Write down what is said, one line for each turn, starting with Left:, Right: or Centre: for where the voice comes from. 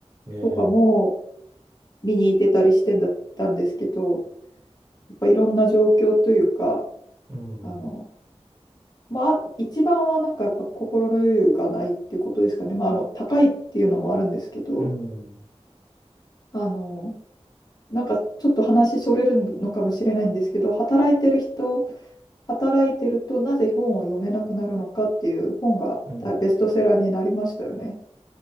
Right: ええ。
Left: とかも見に行ってたりしてんだったんですけど、やっぱいろんな状況というか、
Right: うん、
Left: あの、
Right: う
Left: まあ、一番はなんかやっぱ心の余裕がないってことですかね。まあ、あの、高いっていうのもあるんですけど、
Right: ん、
Left: あの、なんかちょっと話それるのかもしれないんですけど、働いてる人、働いてるとなぜ本を読めなくなるのかっていう本がベストセラーになりましたよね。
Right: うん。